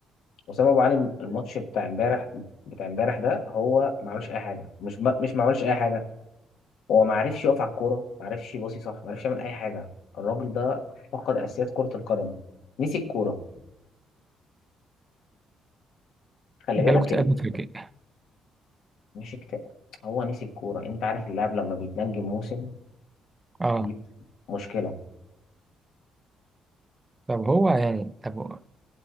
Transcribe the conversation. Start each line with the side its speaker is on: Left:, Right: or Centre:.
Left: وسام ابو علي الماتش بتاع امبارح بتاع امبارح ده هو ما عملش اي حاجه مش ما مش ما عملش اي حاجه هو ما عرفش يقف على الكوره ما عرفش يباصي صح ما عرفش يعمل اي حاجه الراجل ده فقد اساسيات كره القدم نسي الكوره خلي
Right: جاله
Left: بالك
Right: اكتئاب
Left: ال...
Right: فكري
Left: مش اكتئاب هو نسي الكوره انت عارف اللاعب لما بيتنجم موسم
Right: اه
Left: دي مشكله
Right: طب هو يعني طب